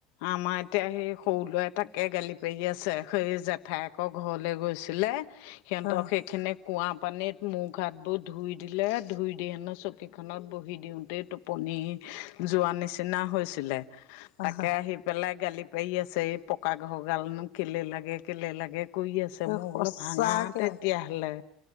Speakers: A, on the left; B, on the left.
A: আমাৰ এতিয়া সেই সৰু ল'ৰা। তাকে গালি পাৰি আছে সেই জেঠাই একৰ ঘৰলে গৈছিলে। সিহঁতক
B: আহ
A: সেইখিনি কুঁৱা পানীত মোখ হাতবোৰ ধুই দিলে, ধুই দি হেনো চকীখনত বহি দিওঁতেই তুপনি যোৱা নিচিনা হৈছিলে।
B: আহা
A: তাকে আহি পেলাই গালি পাৰি আছে এই পকা ঘৰ গালনো কেলে লাগে কেলে লাগে কৰি আছে।
B: এ
A: মই
B: সঁচাকে
A: বোলো ভাঙা তেতিয়াহ'লে।